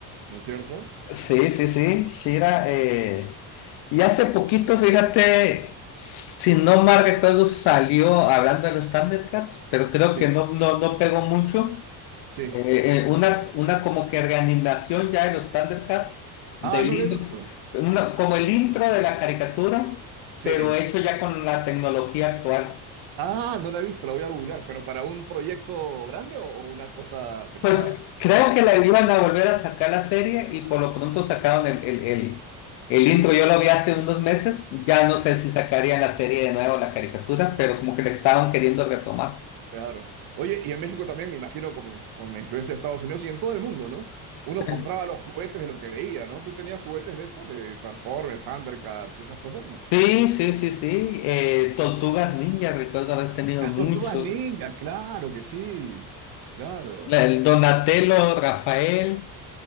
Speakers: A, on the right; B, on the left.
A: ¿no es cierto?
B: Sí, sí, sí, Shira. eh, Y hace poquito, fíjate, si no mal recuerdo, salió hablando de los Thundercats, pero creo
A: Sí,
B: que no, no, no pegó mucho.
A: sí.
B: Eh, eh, una, una como que reanimación ya de los Thundercats, del
A: Ah, no
B: intro,
A: la he visto.
B: una, como el intro de la caricatura,
A: Sí.
B: pero hecho ya con la tecnología actual.
A: Ah, no la he visto, la voy a googlear, pero para un proyecto grande o, o una cosa separada.
B: Pues creo que la iban a volver a sacar la serie y por lo pronto sacaron el, el, el, el intro. Yo lo vi hace unos meses. Ya no sé si sacarían la serie de nuevo, la caricatura, pero como que le estaban queriendo retomar.
A: Claro. Oye, y en México también, me imagino, como con la influencia de Estados Unidos y en todo el mundo, ¿no? Uno
B: Sí,
A: compraba los juguetes de lo que veía, ¿no? ¿Tú tenías juguetes de estos, de Transformers, Thundercats, esas cosas, no?
B: sí, sí, sí. sí. Eh, Tortugas Ninjas, recuerdo haber tenido
A: Las
B: muchos.
A: tortugas ninja, claro que sí, claro.
B: La- el Donatello, Rafael,